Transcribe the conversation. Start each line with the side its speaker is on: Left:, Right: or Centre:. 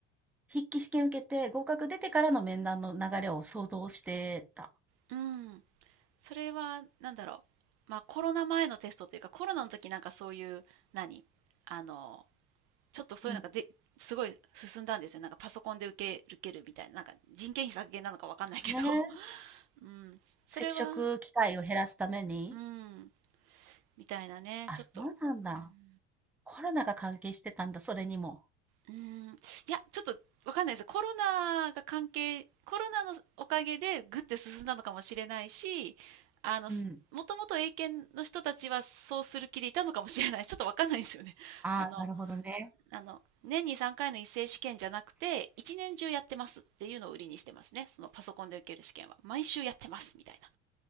Centre: 筆記試験受けて合格出てからの面談の流れを想像してた。
Right: うん。それはなんだろう、まあ、コロナ前のテストというかコロナの時なんかそういう何あのちょっとそういうのがですごい進んだんですよなんかパソコンで受け受けるみたいななんか人件費削減なのかわかんないけど、
Centre: うん。ね。
Right: <laughs> うん、それは
Centre: 接触機会を減らすために。
Right: うんみたいなねちょっと、
Centre: あ、そうなんだ。
Right: うん、
Centre: コロナが関係してたんだ、それにも。
Right: うーん、いや、ちょっとわかんないです。コロナが関係、コロナのおかげでぐって進んだのかもしれないし、あの、
Centre: うん。
Right: すもともと英検の人たちはそうする気でいたのかもしれない。ちょっとわかんないですよね。
Centre: ああ、
Right: あの、
Centre: なるほどね。
Right: あの、年に3回の一斉試験じゃなくて、一年中やってますっていうのを売りにしてますね。そのパソコンで受ける試験は。毎週やってますみたいな